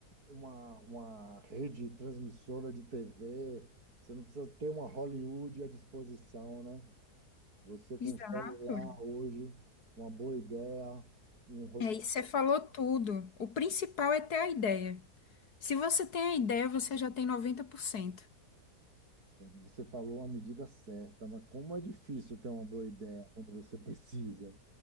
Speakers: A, on the right; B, on the left.
A: uma, uma rede transmissora de TV, você não precisa ter uma Hollywood à disposição, né? Você com
B: Exato.
A: um celular hoje, uma boa ideia, um roteiro.
B: É, e você falou tudo. O principal é ter a ideia. Se você tem a ideia, você já tem 90%.
A: Você falou a medida certa, mas como é difícil ter uma boa ideia quando você precisa,